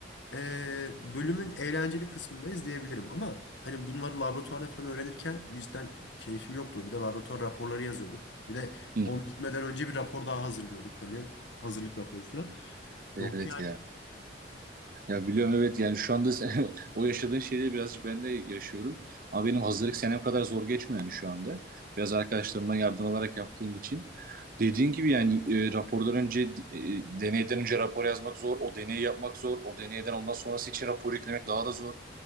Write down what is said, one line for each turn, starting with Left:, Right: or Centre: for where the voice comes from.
Left: e, bölümün eğlenceli kısmındayız diyebilirim ama hani bunları laboratuvarda falan öğrenirken cidden keyfim yoktu. Bir de laboratuvar raporları yazıyorduk. Bir de
Right: Hı.
Left: on gitmeden önce bir rapor daha hazırlıyorduk hani hazırlık raporu falan.
Right: Evet
Left: Yok yani.
Right: ya. Ya biliyorum evet yani şu anda sen- <laughs> o yaşadığın şeyleri birazcık ben de yaşıyorum. Ama benim hazırlık senem kadar zor geçmiyor yani şu anda. Biraz arkadaşlarımdan yardım alarak yaptığım için. Dediğin gibi yani e, rapordan önce e, deneyden önce rapor yazmak zor. O deneyi yapmak zor. O deneyden ondan sonrası için rapor eklemek daha da zor.